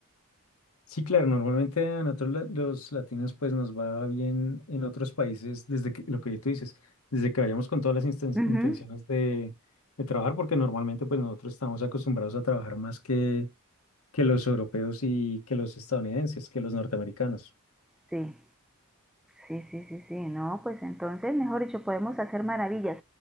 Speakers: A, on the left; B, in the centre.
A: Sí, claro, normalmente a nosotros la- los latinos pues nos va bien en otros países desde que, lo que tú dices, desde que vayamos con todas las insten-
B: Ujú,
A: intenciones de, de trabajar, porque normalmente pues nosotros estamos acostumbrados a trabajar más que, que los europeos y que los estadounidenses, que los norteamericanos.
B: Sí. Sí, sí, sí, sí, no, pues entonces, mejor dicho, podemos hacer maravillas.